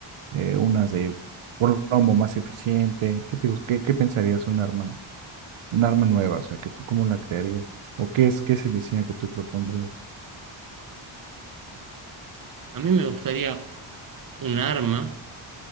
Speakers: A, on the right; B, on the right.
A: eh, unas de plomo más eficiente. ¿Qué te, gus- qué, qué pensarías un arma, un arma nueva? O sea, que tú cómo la crearías? ¿O qué es, qué es el diseño que tú propondrías?
B: A mí me gustaría un arma